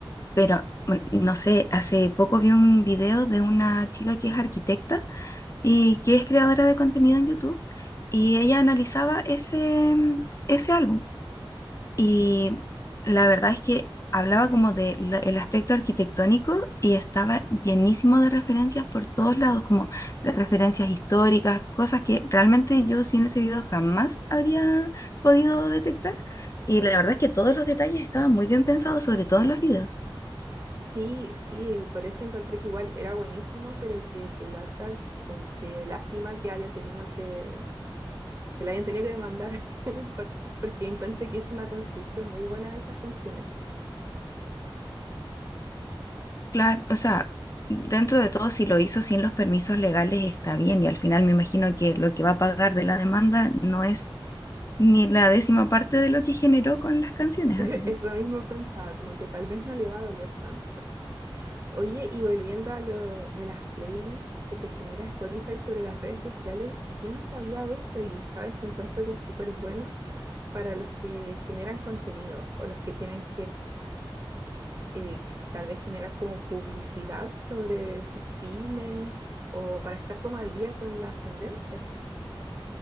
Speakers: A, on the left; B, on the right.
A: pero bueno, no sé, hace poco vi un video de una chica que es arquitecta y que es creadora de contenido en YouTube. Y ella analizaba ese, mm, ese álbum. Y la verdad es que hablaba como de la- el aspecto arquitectónico y estaba llenísimo de referencias por todos lados, como de referencias históricas, cosas que realmente yo sin ese video jamás habría podido detectar. Y la verdad es que todos los detalles estaban muy bien pensados, sobre todo en los videos.
B: Sí, sí, por eso encontré que igual era buenísimo, pero que, que lata o que lástima que haya tenido que, que la hayan tenido que demandar, <laughs> por- porque encuentro que hizo una construcción muy buena de esas canciones.
A: Claro, o sea, dentro de todo, si lo hizo sin los permisos legales está bien y al final me imagino que lo que va a pagar de la demanda no es ni la décima parte de lo que generó con las canciones,
B: <laughs> Eso
A: así que...
B: mismo pensaba, como que tal vez no le va a doler tanto. Oye, y volviendo a lo de las playlists que te genera Spotify sobre las redes sociales, yo no sabía de eso y sabes que encuentro que es súper bueno para los que generan contenido o los que tienen eh, que tal vez generar como publicidad sobre sus pymes o para estar como al día con las tendencias.